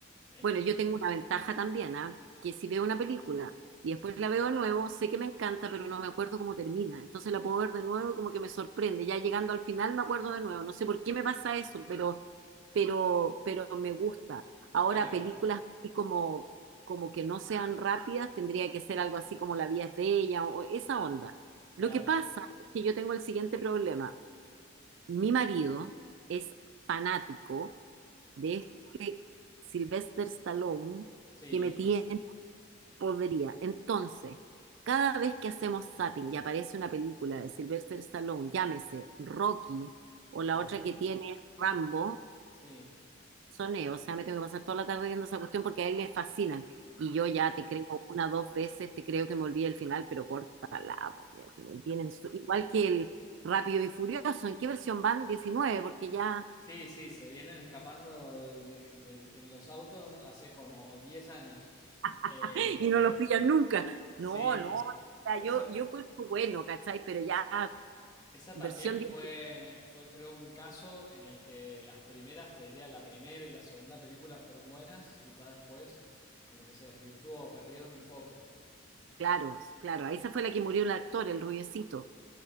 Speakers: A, on the left; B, on the right.
A: es,
B: bueno, yo tengo una ventaja también, ¿ah? Que si veo una película y después la veo de nuevo, sé que me encanta, pero no me acuerdo cómo termina. Entonces la puedo ver de nuevo y como que me sorprende. Ya llegando al final me acuerdo de nuevo. No sé por qué me pasa eso, pero, pero, pero me gusta. Ahora,
A: bueno,
B: películas así como, como que no sean rápidas, tendría que ser algo así como La vida es bella o esa onda.
A: claro,
B: Lo que pasa es que yo tengo el siguiente problema. Mi marido es fanático de este Sylvester Stallone
A: sí,
B: que me tiene podría. Entonces, cada vez que hacemos zapping y aparece una película de Sylvester Stallone, llámese Rocky o la
A: ujú,
B: otra que tiene Rambo,
A: sí.
B: soné, o sea, me tengo que pasar toda la tarde viendo esa cuestión porque a él le fascinan. Y yo ya te creo una, dos veces, te creo que me olvidé el final, pero córtala, po, ya que lo tienen su- igual que el Rápido y Furioso, ¿en qué versión van? diecinueve porque ya,
A: Sí, sí, se vienen escapando de- de- en los autos hace como 10 años. Em,
B: <laughs> y no los pillan nunca.
A: sí,
B: No, no, o sea, yo,
A: esa.
B: yo encuentro bueno, ¿cachai? Pero ya,
A: Esa también
B: versión
A: fue,
B: 10,
A: fue, creo, un caso en el que las primeras, te diría, la primera y la segunda película fueron buenas y ya después como que se desvirtuó, perdieron el foco.
B: claro, claro, esa fue la que murió el actor, el rubiecito.